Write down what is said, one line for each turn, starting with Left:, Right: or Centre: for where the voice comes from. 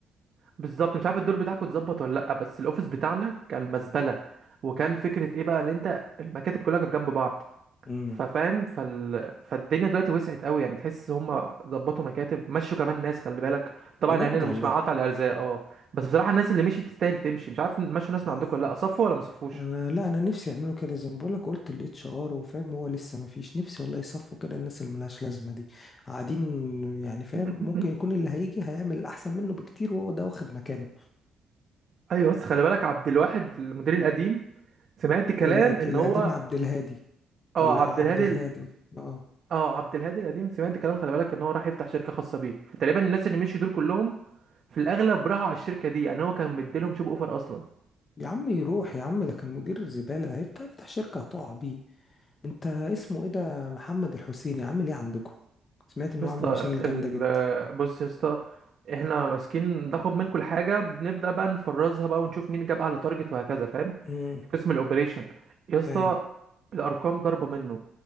Right: بالظبط مش عارف الدور بتاعكم اتظبط ولا لا بس الاوفيس بتاعنا كان مزبله وكان فكره ايه بقى ان انت المكاتب كلها كانت جنب بعض
Left: امم
Right: ففاهم فال... فالدنيا دلوقتي وسعت قوي يعني تحس هم ظبطوا مكاتب مشوا كمان ناس خلي بالك طبعا
Left: بجد
Right: يعني انا
Left: والله
Right: مش مع قطع الارزاق اه بس بصراحه الناس اللي مشيت تستاهل تمشي مش عارف مشوا ناس
Left: اه
Right: من عندكم ولا لا صفوا ولا ما صفوش
Left: انا لا انا نفسي يعملوا كده زي ما بقولك قلت الاتش ار وفاهم هو لسه ما فيش نفسي والله يصفوا كده الناس اللي ملهاش لازمه دي قاعدين يعني فاهم
Right: <coughs>
Left: ممكن يكون
Right: <clears throat>
Left: اللي هيجي هيعمل احسن منه بكتير وهو ده واخد مكانه
Right: ايوه بس خلي بالك عبد الواحد المدير القديم سمعت كلام
Left: القد-
Right: ان
Left: القديم
Right: هو
Left: عبد الهادي
Right: اه
Left: ولا
Right: عبد
Left: عبد
Right: الهادي
Left: الهادي
Right: ال-
Left: اه
Right: اه عبد الهادي القديم سمعت كلام خلي بالك ان هو راح يفتح شركه خاصه بيه فتقريبا الناس اللي مشوا دول كلهم في الاغلب راحوا على الشركه دي يعني هو كان مديلهم شوب اوفر اصلا
Left: يا عم يروح يا عم ده كان مدير زباله هيفتح يفتح شركه هتقع بيه انت اسمه ايه ده محمد الحسيني عامل ايه عندكم سمعت انه
Right: يا اسطى
Left: عامل مشاكل
Right: ال-
Left: جامده جدا
Right: بص يا اسطى احنا ماسكين ناخد من كل حاجه بنبدا بقى نفرزها بقى ونشوف مين جاب على تارجت وهكذا فاهم
Left: امم
Right: قسم الاوبريشن يا اسطى
Left: ايوه
Right: الارقام ضربه منه